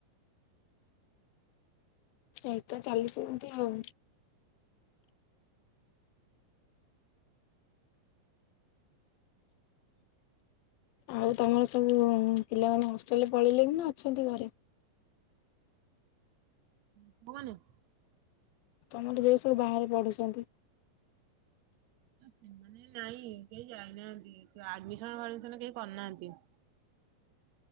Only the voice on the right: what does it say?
କଉମାନେ?
ସେମାନେ ନାଇଁ କେହି ଯାଇନାହାନ୍ତି ଆଡମିସନ ଫାଡମିସନ୍ କେହି କରିନାହାନ୍ତି।